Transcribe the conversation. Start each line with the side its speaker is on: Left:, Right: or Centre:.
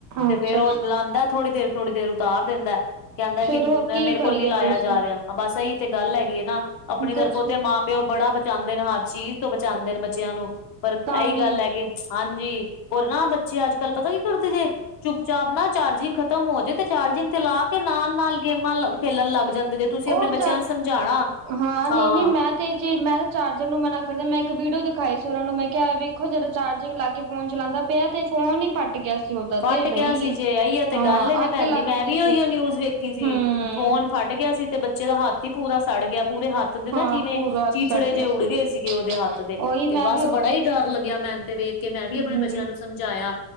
Left: ਤੇ
Right: ਅੱਛਾ
Left: ਫੇਰ ਉਹ ਲਾਉਂਦਾ ਥੋੜ੍ਹੀ ਦੇਰ ਥੋੜ੍ਹੀ ਦੇਰ ਉਤਾਰ ਦਿੰਦਾ। ਕਹਿੰਦਾ ਕਿ
Right: ਫੇਰ ਹੋਰ ਕੀ
Left: ਮੇਰੇ
Right: ਕਰੀਏ
Left: ਕੋਲ ਨੀ ਲਾਇਆ
Right: ਦੱਸੋ
Left: ਜਾ ਰਿਹਾ ਬਸ ਇਹੀ ਤੇ ਗੱਲ ਹੈਗੀ ਹੈ ਨਾ ਆਪਣੀ
Right: ਕੁਛ
Left: ਤਰਫੋਂ ਤੇ ਮਾਂ। ਪਿਓ ਬੜਾ ਬਚਾਉਦੇ ਨੇ ਹਰ ਚੀਜ਼ ਤੋਂ ਬਚਾਉਂਦੇ ਨੇ ਬੱਚਿਆਂ ਨੂੰ ਪਰ
Right: ਤਾਂ
Left: ਇਹੀ
Right: ਵੀ
Left: ਗੱਲ ਹੈਗੀ। ਹਾਂਜੀ ਹੋਰ ਨਾ ਬੱਚੇ ਅੱਜ ਕੱਲ੍ਹ ਪਤਾ ਕੀ ਕਰਦੇ ਜੇ ਚੁੱਪ ਚਾਪ ਨਾ ਚਾਰਜਿੰਗ। ਖਤਮ ਹੋ ਜਾਏ ਤੇ ਚਾਰਜਿੰਗ ਤੇ ਲਾ ਕੇ ਨਾਲ ਨਾਲ ਗੇਮਾਂ ਖੇਲਣ ਲੱਗ ਜਾਂਦੇ ਜੇ ਤੁਸੀਂ
Right: ਉਹ
Left: ਆਪਣੇ। ਬੱਚਿਆਂ
Right: ਹਾਂ,
Left: ਨੂੰ ਸਮਝਾਉਣਾ
Right: ਨਹੀਂ,
Left: ਹਾਂ
Right: ਨਹੀਂ ਮੈਂ। ਤੇ ਜੇ ਮੈਂ ਚਾਰਜਰ ਨੂੰ ਮਨਾ ਕਰਦਾ ਮੈਂ ਇੱਕ ਵੀਡੀਓ ਦਿਖਾਈ ਸੀ ਉਹਨਾਂ ਨੂੰ ਮੈਂ ਕਿਹਾ ਵੇਖੋ ਜਦੋਂ ਚਾਰਜਿੰਗ ਲਾ ਕੇ ਫੋਨ ਚਲਾਉਂਦਾ। ਪਿਆ ਤੇ ਫੋਨ ਹੀ ਫੱਟ ਗਿਆ ਸੀ। ਉਹਦਾ
Left: ਫੱਟ
Right: ਤੇ ਬਈ
Left: ਗਿਆ ਸੀ ਜੇ ਇਹੀਏ ਤੇ
Right: ਹਾਂ
Left: ਗੱਲ ਜੇ
Right: ਅੱਗ
Left: ਭੈਣ
Right: ਲੱਗ
Left: ਜੀ ਮੈਂ
Right: ਗਈ
Left: ਵੀ
Right: ਸੀ
Left: ਉਹੀਓ ਨਿਊਜ਼ ਵੇਖੀ ਸੀ
Right: ਹਮ
Left: ਫੋਨ ਫਟ। ਫਟ ਗਿਆ ਸੀ ਤੇ ਬੱਚੇ ਦਾ ਹੱਥ ਹੀ ਪੂਰਾ ਸੜ ਗਿਆ ਪੂਰੇ ਹੱਥ। ਹੱਥ ਦੇ ਨਾ
Right: ਹਾਂ
Left: ਜਿਵੇਂ
Right: ਪੂਰਾ ਹੱਥ
Left: ਚੀਥੜੇ
Right: ਸੜ ਗਿਆ
Left: ਜਿਹੇ
Right: ਸੀ
Left: ਉੱਡ ਗਏ ਸੀਗੇ ਉਹਦੇ ਹੱਥ ਦੇ
Right: ਉਹੀ ਮੈਂ
Left: ਤੇ ਬਸ
Right: ਵੀ
Left: ਬੜਾ ਹੀ। ਡਰ ਲੱਗਿਆ ਮੈਨੂੰ ਤੇ ਵੇਖ ਕੇ
Right: ਹਮ
Left: ਮੈਂ ਵੀ ਆਪਣੇ ਬੱਚਿਆਂ ਨੂੰ ਸਮਝਾਇਆ